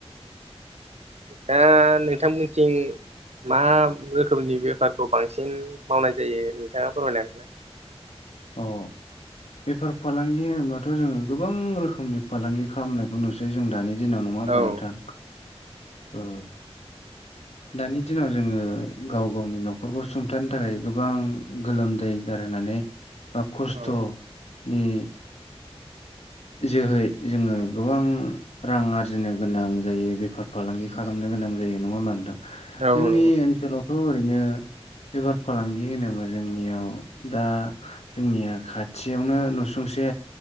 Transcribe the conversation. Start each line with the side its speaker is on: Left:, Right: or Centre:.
Right: दा नोंथांमोनथिं। मा रोखोमनि बेफारखौ बांसिन मावनाय जायो नोंथाङा फोरमायनो हागोन ना।
Left: अ बेफार फालांगि होनोबाथ' जोङो गोबां रोखोमनि फालांगि खालामनायखौ नुनोसै जों दानि दिनाव नङा ओमबा
Right: औ
Left: नोंथां औ। दानि दिनाव जोङो गाव गावनि नखरखौ सुंथानो थाखाय गोबां गोलोमदै गारहोनानै बा खस्थ'नि
Right: औ
Left: जोहै जोङो गोबां रां आरजिनो गोनां जायो बेफार फालांगि खालामनो गोनां जायो नङा ओमबा नोंथां।
Right: औ
Left: जोंनि
Right: नंगौ
Left: ओनसोलावथ' ओरैनो। बेफार फालांगि होनोबा जोंनियाव दा जोंनिया खाथियावनो नुसुंसे